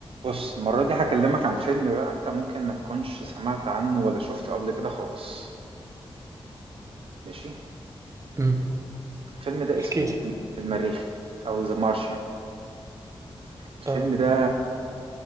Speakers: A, on the right (about 70°); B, on the right (about 35°).
A: بُص، المرّة دي هاكلّمك عن فيلم بقى أنت ممكن ما تكونش سمعت عنّه ولا شُفته قبل كده خالص، ماشي؟
B: مم.
A: الفيلم ده
B: احكي
A: اسمه
B: لي
A: ال المرّيخي أو The Martian. الفيلم
B: اه
A: ده